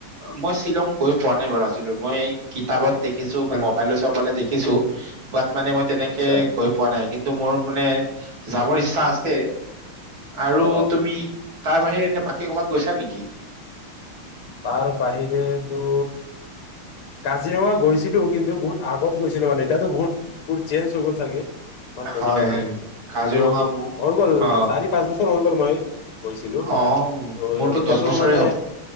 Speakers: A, on the right; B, on the left.
A: মই শ্বিলং গৈ পোৱা নাই বাৰু আজিলৈ মই এই কিতাপত দেখিছো বা মোবাইলে চোবাইলে দেখিছো বা মানে মই তেনেকে
B: আচ্ছা
A: গৈ পোৱা নাই কিন্তু মোৰ মানে যাবৰ ইচ্ছা আছে। আৰু
B: অ
A: তুমি তাৰ বাহিৰে এনে বাকী ক'ৰবাত গৈছা নেকি?
B: তাৰ বাহিৰে তো কাজিৰঙা গৈছিলো কিন্তু বহুত আগত গৈছিলো মানে এয়াতো বহুত বহু চেঞ্জ হৈ গ'ল চাগে। ইমান ক'ব
A: হয়
B: নোৱাৰো
A: হয় কাজিৰঙা
B: কিন্তু
A: মোক
B: হৈ গ'ল
A: অ
B: চাৰি পাঁচ বছৰ হৈ গ'ল মই গৈছিলো
A: অ
B: ত
A: মোৰতো
B: এতিয়াতো
A: দহ বছৰে
B: মানে